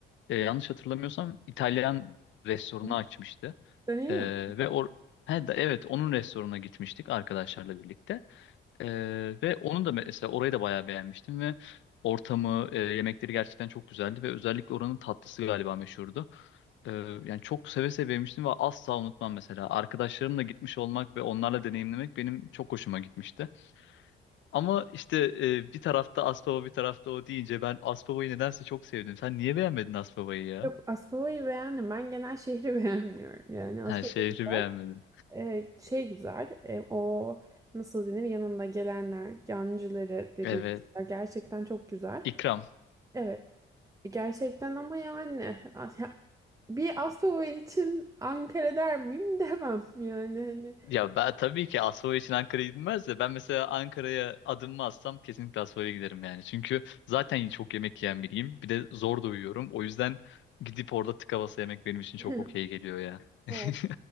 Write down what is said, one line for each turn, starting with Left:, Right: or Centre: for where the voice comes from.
Left: E, yanlış hatırlamıyorsam İtalyan restoranı
Right: Hı.
Left: açmıştı.
Right: Dönüyor.
Left: Ee, ve or He, de- evet onun restoranına gitmiştik arkadaşlarla birlikte. Ee, ve onun da mesela orayı da bayağı beğenmiştim ve ortamı, e, yemekleri gerçekten çok güzeldi ve özellikle oranın tatlısı galiba meşhurdu. Ee, yani çok seve seve yemiştim ve asla unutmam mesela. Arkadaşlarımla gitmiş olmak ve onlarla deneyimlemek benim çok hoşuma gitmişti. Ama işte e, bir tarafta Aspava bir tarafta o deyince ben Aspava'yı nedense çok sevdim. Sen niye beğenmedin Aspava'yı ya?
Right: Yok Aspava'yı beğendim. Ben genel şehri <laughs> beğenmiyorum. Yani Aspava
Left: Ha, şehri
Right: güzel.
Left: beğenmedim.
Right: Ee, şey güzel. e, o nasıl denir? Yanında gelenler, yancıları dediğimiz
Left: Evet.
Right: yer gerçekten çok güzel.
Left: İkram.
Right: Evet. Gerçekten ama yani as- ya, bir Aspava için Ankara der miyim <laughs> demem. Yani
Left: Ya ben tabii ki Asfalya için Ankara'ya gidilmez de ben mesela Ankara'ya adımımı atsam kesinlikle Asfalya giderim yani. Çünkü zaten çok yemek yiyen biriyim. Bir de zor da uyuyorum. O yüzden gidip orada tık havası yemek benim için çok
Right: hani.
Left: okey geliyor ya.
Right: <laughs>
Left: <laughs>
Right: <laughs>